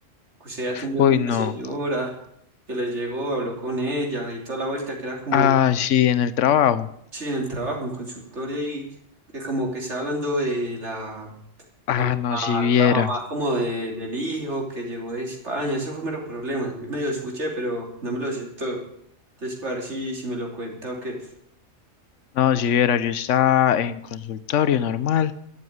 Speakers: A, on the right; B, on the left.
A: Que usted atendió
B: uy,
A: con
B: no.
A: una señora que les llegó, habló con ella y toda la vuelta que era como
B: Ah, sí, en el trabajo.
A: Sí, en el trabajo, en consultorio, y que como que está hablando de la, la
B: Ah,
A: mamá,
B: no, si viera.
A: la mamá como de, del hijo que llegó de España, eso fue mero problema. Yo medio escuché, pero no me lo sé todo. Entonces, para ver si, si me lo cuenta o qué.
B: No, si viera, yo estaba en consultorio normal.